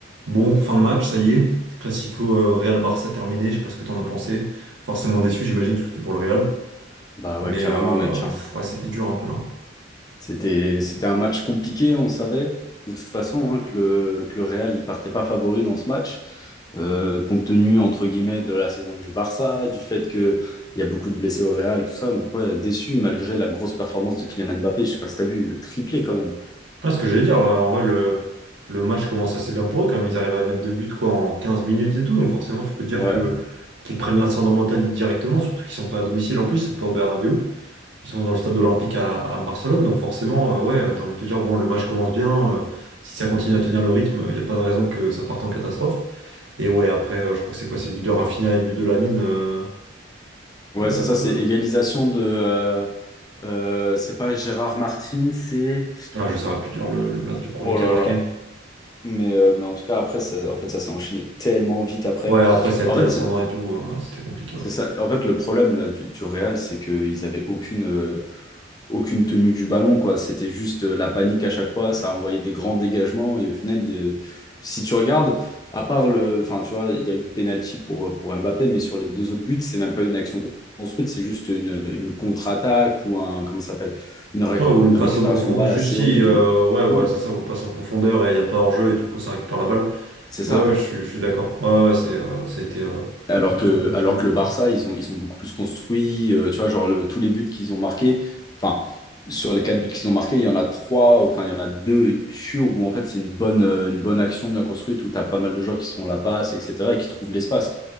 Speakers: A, on the right (about 70°); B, on the left (about 20°).
A: Bon, fin de match, ça y est. Classico euh, Real Barça terminé, je sais pas ce que t'en as pensé. Forcément déçu, j'imagine, parce que t'es pour le Real.
B: Bah
A: Mais
B: ouais, carrément,
A: euh,
B: mec. hein.
A: pff, ouais, c'était dur un peu là.
B: C'était, c'était un match compliqué, on savait de toute façon hein, que le, que le Real, il partait pas favori dans ce match, euh, compte tenu, entre guillemets, de la saison du Barça, du fait qu'il y a beaucoup de blessés au Real, tout ça. Donc ouais, déçu, malgré la grosse performance de Kylian Mbappé, je sais pas si t'as vu, triplé quand même.
A: Ah, ce que j'allais dire, euh, en vrai, le, le match commence assez bien pour eux quand même. Ils arrivent à mettre deux buts quoi en 15 minutes et tout. Donc forcément, tu peux te dire
B: Ouais,
A: que qu'ils prennent l'incendie mental directement, surtout qu'ils sont pas à domicile en plus, ils sont pas au Bernabéu. Ils sont dans le stade olympique à, à Barcelone. Donc forcément, euh, ouais, t'as envie de te dire, bon, le match commence bien. euh, si ça continue à tenir le rythme, il n'y a pas de raison que ça parte en catastrophe. Et ouais, après, euh, je crois que c'est quoi? C'est but de Rafinha et but de Lamine. euh,
B: ouais,
A: euh,
B: c'est ça, c'est égalisation de... euh, euh, c'est pas Gérard Martin, c'est...
A: Ah, je saurais plus dire le, le blast du premier
B: Oh
A: qui
B: là
A: a marqué.
B: là. Mais, euh, mais en tout cas, après, ça- en fait, ça s'est enchaîné tellement vite après.
A: Ouais, après, ça a
B: En
A: été
B: fait,
A: l'ascendant
B: c'est-
A: et tout. euh, c'était compliqué,
B: C'est
A: ouais.
B: ça. En fait, le problème là du, du Real, c'est qu'ils avaient aucune, euh, aucune tenue du ballon, quoi. C'était juste euh, la panique à chaque fois. Ça envoyait des grands dégagements et au final, des- si tu regardes, à part le, enfin, tu vois, il y a eu le penalty pour euh, pour Mbappé, mais sur les deux autres buts, c'est même pas une action construite, c'est juste une, une contre-attaque ou un, comment ça s'appelle, une, ré-
A: Ouais, ou une
B: une
A: passe
B: récupération
A: au profond.
B: de balle
A: Juste
B: assez
A: si,
B: haute et
A: euh,
B: tout.
A: ouais, ouais,
B: Hmm.
A: c'est ça, ou passe en profondeur et il n'y a pas hors-jeu et du coup, ça récupère la balle.
B: C'est ça.
A: Ouais, ouais, je, suis je suis d'accord. Ouais, ouais, c'est, euh, ça a été. euh,
B: Alors que,
A: Je sens que le
B: alors
A: jeu est beaucoup.
B: que le Barça, ils ont, ils ont beaucoup plus construit, euh, tu vois, genre le- tous les buts qu'ils ont marqués, enfin, sur les quatre buts qu'ils ont marqués, il y en a trois, enfin, il y en a deux sûrs où en fait c'est une bonne, euh, une bonne action bien construite, où tu as pas mal de joueurs qui se font la passe, etc., et qui trouvent l'espace.